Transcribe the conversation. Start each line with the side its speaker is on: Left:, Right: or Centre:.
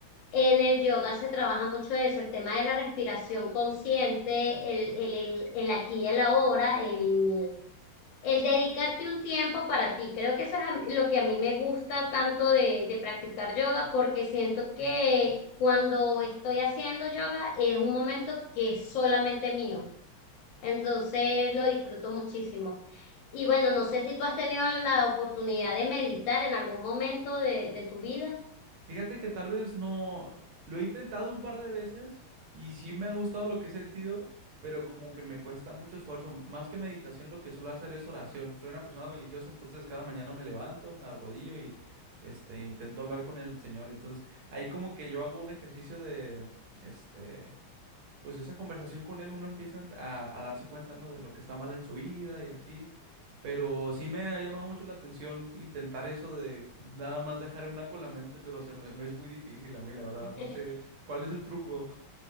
Left: en el yoga se trabaja mucho eso, el tema de la respiración consciente, el, el, el, el aquí y el ahora, el el dedicarte un tiempo para ti, creo que eso es a- lo que a mí me gusta tanto de, de practicar yoga, porque siento que cuando estoy haciendo yoga es un momento que es solamente mío, entonces lo disfruto muchísimo. Y bueno, no sé si tú has tenido la oportunidad de meditar en algún momento de, de tu vida.
Right: Fíjate que tal vez no, lo he intentado un par de veces y sí me ha gustado lo que he sentido, pero como que me cuesta mucho esfuerzo. M- Más que meditación, lo que suelo hacer es oración. Soy una persona religiosa, entonces cada mañana me levanto, me arrodillo y este intento hablar con el Señor. Y entonces ahí como que yo hago un ejercicio de este, pues esa conversación con él, uno empieza a, a darse cuenta, ¿no? De lo que está mal en su vida y así. Pero sí me ha llamado mucho la atención intentar eso de nada más dejar en blanco la mente, pero se me, me es muy difícil a mí, la verdad.
Left: <laughs>
Right: No sé cuál es el truco.